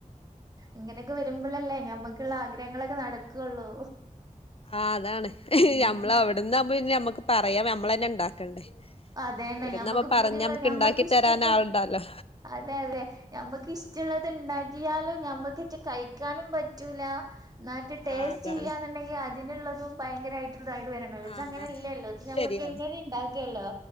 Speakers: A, on the right; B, on the left.
A: ഇങ്ങനെയൊക്കെ വരുമ്പളല്ലേ ഞമ്മുക്കുള്ള ആഗ്രഹങ്ങളൊക്കെ നടക്കുള്ളൂ
B: ആ അതാണ്
A: ഉം
B: ഞമ്മള അവിടന്നാമ്പോ ഈ ഞമ്മക്ക് പറയാം നമ്മളന്നെ ഇണ്ടാക്കണ്ടേ
A: അതന്നെ
B: ഇവിടന്ന്
A: ഞമ്മക്ക്
B: നമ്മ
A: പൂതിയുള്ള
B: പറഞ്ഞാ ഞമ്മക്ക് ഇണ്ടാക്കി
A: ഇഷ്ടപ്പെട്ട
B: തരാൻ ആളുണ്ടല്ലോ
A: അതെ അതെ അമ്മക്ക് ഇഷ്ടള്ള ഇണ്ടാക്കിയാല് ഞമ്മക്ക് കഴിക്കാനും പറ്റുല എന്നാട്ട് ടേസ്റ്റ്
B: ആഹ് അതാണ്
A: ഇല്ലാന്നുണ്ടെ അതിനുള്ളതും ഭയങ്കരേയിട്ട് ഇള്ളതായിട്ട് വരണല്ലോ ഇത്
B: ആഹ്
A: അങ്ങനെ
B: ആഹ്
A: ഇല്ലല്ലോ
B: അത്
A: ഇത് നമ്മക്ക്
B: ശരിയാണ്
A: എങ്ങനെ ഇണ്ടാക്കില്ലോ